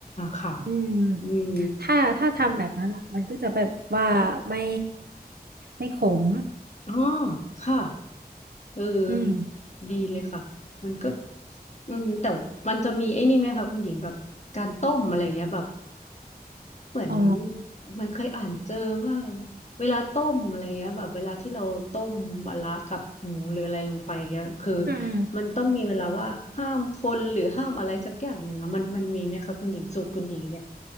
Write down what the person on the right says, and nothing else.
อืม
ถ้าถ้าทำแบบนั้นอ่ะมันก็จะแบบว่าไม่ไม่ขม
อืม
อ๋อ
อืม